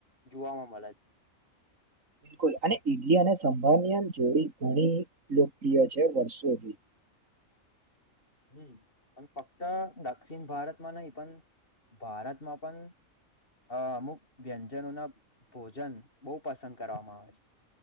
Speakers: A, on the left (about 40°); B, on the right (about 70°).
A: જોવા માં મલે છે.
B: બિલકુલ અને ઈડલી અને સંભાળ ની આમ જોડી ઘણી લોકપ્રિય છે વર્ષોથી.
A: હમ્મ પણ ફક્ત દક્ષિણ ભારતમાં નહી પણ ભારતમાં પણ અ અમુક વ્યંજનો ના ભોજન બહુ પસંદ કરવામાં આવે છે.